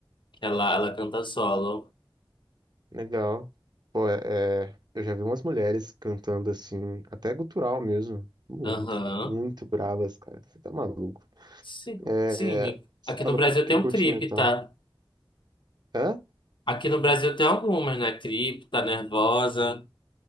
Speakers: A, on the left; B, on the right.
A: que ela, ela canta solo.
B: Legal. Pô, é, é, eu já vi umas mulheres cantando assim, até gutural mesmo. Muito,
A: Aham.
B: muito bravas, cara. Você tá maluco.
A: Sim,
B: É,
A: sim.
B: você
A: Aqui
B: falou
A: no Brasil
B: que, que
A: tem um
B: curte
A: Cripta.
B: metal. Hã?
A: Aqui no Brasil tem algumas, né? Cripta, Nervosa.